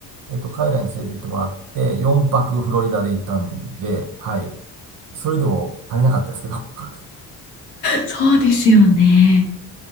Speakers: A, on the right; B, on the left.
A: えっと、彼らに連れて行ってもらって、4泊フロリダで行ったんで、はい。それでも足りなかったですけど。<laughs> あ
B: そうですよね。